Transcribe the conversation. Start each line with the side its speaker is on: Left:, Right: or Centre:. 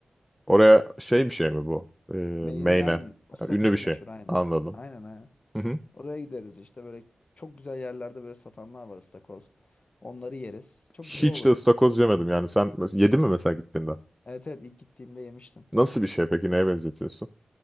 Centre: oraya şey bir şey mi bu? Ee,
Left: Meyinin
Centre: main'e.
Left: aynen. Istakozu
Centre: Ha, Ünlü bir şey.
Left: meşhur aynen.
Centre: Anladım.
Left: Aynen aynen.
Centre: Hı hı.
Left: Oraya gideriz işte böyle çok güzel yerlerde böyle satanlar var ıstakoz. Onları yeriz. Çok
Centre: Hiç
Left: güzel olur.
Centre: de ıstakoz yemedim yani. Sen mes- yedin mi mesela gittiğinde?
Left: Evet evet ilk gittiğimde yemiştim.
Centre: Nasıl bir şey peki? Neye benzetiyorsun?